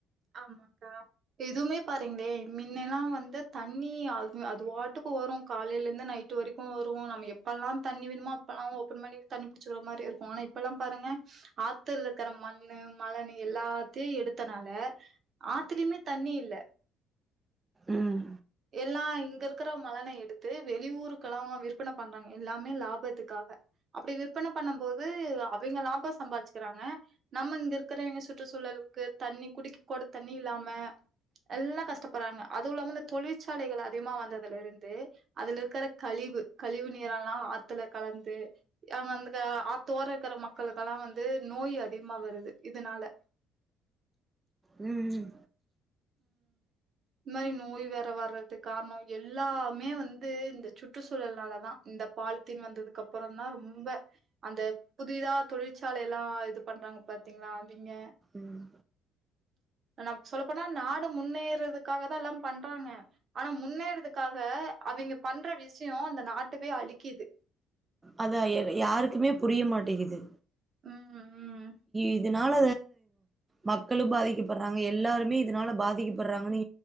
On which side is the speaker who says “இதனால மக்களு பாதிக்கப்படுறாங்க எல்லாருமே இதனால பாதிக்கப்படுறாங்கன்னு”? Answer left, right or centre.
Right